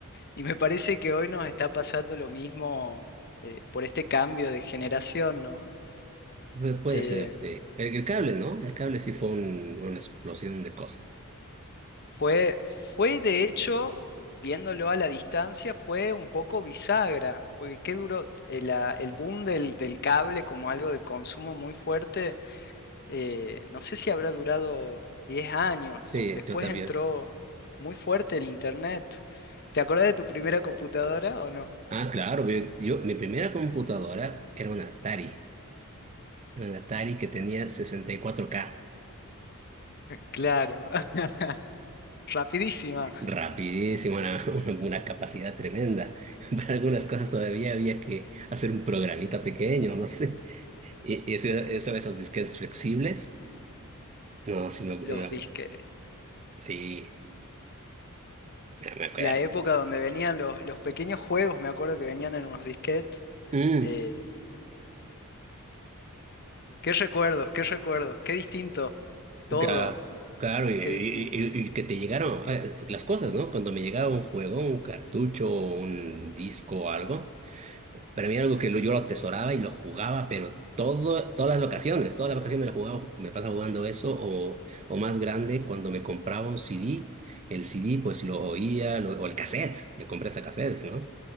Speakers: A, on the left; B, on the right.
A: y me parece que hoy nos está pasando lo mismo, eh, por este cambio de generación, ¿no?
B: Pu- Puede
A: Eh,
B: ser, sí. El, el cable, ¿no? El cable sí fue un- una explosión de cosas.
A: Fue, fue de hecho, viéndolo a la distancia, fue un poco bisagra, porque qué duró el, la- el boom del, del cable como algo de consumo muy fuerte, eh, no sé si habrá durado 10 años.
B: Sí,
A: Después
B: yo también.
A: entró muy fuerte el internet. ¿Te acuerdas de tu primera computadora o no?
B: Ah, claro, yo, yo- mi primera computadora era una Atari. Era una Atari que tenía 64K.
A: Claro, <laughs> rapidísima.
B: Rapidísimo, una, <laughs> una capacidad tremenda. Para algunas cosas todavía había que hacer un programita pequeño, no sé. Y, y eso, eso- esos disquetes flexibles, no, sí, me- no,
A: Los disquetes.
B: sí, me me acuerdo.
A: La época donde venían los, los pequeños juegos, me acuerdo que venían en unos disquetes.
B: Mm,
A: eh, Qué recuerdos, qué recuerdos, qué distinto todo,
B: ca- claro, y, y-
A: qué distintos.
B: y- y que te llegaron eh, las cosas, ¿no? Cuando me llegaba un juego, un cartucho, un disco o algo. Para mí era algo que lo- yo lo atesoraba y lo jugaba, pero todo, todas las vacaciones, todas las vacaciones me la jugaba, me pasa jugando eso, o, o más grande, cuando me compraba un CD, el CD pues lo oía, lo- o el cassette, me compré hasta cassettes, ¿no?